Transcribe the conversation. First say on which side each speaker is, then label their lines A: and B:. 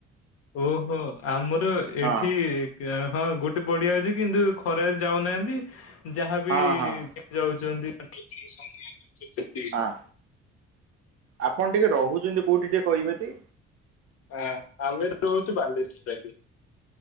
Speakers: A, on the left; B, on the right.
A: ଓହୋ ଆମର
B: ହଁ
A: ଏ- ଏଠି ହଁ ଗୋଟେ ପଡିଆ ଅଛି କିନ୍ତୁ ଖରାରେ ଯାଉନାହାନ୍ତି। ଯାହାବି
B: ହଁ ହଁ
A: ଯାଉଛନ୍ତି <unintelligible> ସେତିକି।
B: ହଁ ଆପଣ ଟି- କ କୋଉଠି ଟିକେ କହିବେ କି?
A: ହଁ ଆମେ ରହୁଛୁ ବାଲେଶ୍ୱରରେ।